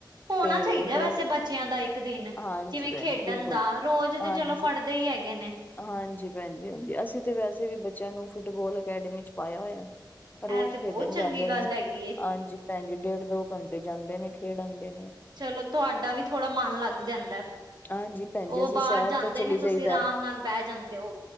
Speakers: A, on the right; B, on the left.
A: ਹੋਣਾ
B: ਤੇ
A: ਚਾਹੀਦਾ
B: ਹੋਰ
A: ਵੈਸੇ ਬੱਚਿਆਂ ਦਾ ਇੱਕ ਦਿਨ
B: ਹਾਂਜੀ
A: ਜਿਵੇਂ
B: ਭੈਣ
A: ਖੇਡਣ
B: ਜੀ ਬਿਲਕੁਲ
A: ਦਾ ਰੋਜ਼
B: ਹਾਂਜੀ
A: ਤੇ ਚਲੋ ਪੜ ਦੇ ਹੈਗੇ ਨੇ
B: ਹਾਂਜੀ ਭੈਣ ਜੀ ਹਾਂਜੀ ਅਸੀਂ ਤੇ ਵੈਸੇ ਵੀ ਬੱਚਿਆਂ ਨੂੰ ਫੁੱਟਬਾਲ ਅਕੈਡਮੀ ਚ ਪਾਇਆ ਹੋਇਆ
A: ਇਹ
B: ਰੋਜ਼
A: ਤੇ ਬਹੁਤ
B: ਖੇਡਣ
A: ਚੰਗੀ
B: ਜਾਂਦੇ
A: ਗੱਲ
B: ਨੇ
A: ਹੈਗੀ। ਏ।
B: ਹਾਂਜੀ ਭੈਣ ਜੀ ਡੇਢ ਦੋ ਘੰਟੇ ਜਾਂਦੇ ਨੇ ਖੇਡਣ ਖੇਡ ਆਣਗੇ
A: ਚਲੋ ਤੁਹਾਡਾ ਵੀ ਥੋੜਾ ਮਨ ਲੱਗ ਜਾਂਦਾ
B: ਹਾਂਜੀ ਭੈਣ ਜੀ
A: ਉਹ
B: ਅਸੀਂ
A: ਬਾਹਰ
B: ਸੈਰ
A: ਜਾਂਦੇ
B: ਤੇ ਚਲੀ
A: ਨੇ
B: ਜਾਈਦਾ
A: ਤੁਸੀਂ ਆਰਾਮ ਨਾਲ ਬਹਿ ਜਾਂਦੇ ਹੋ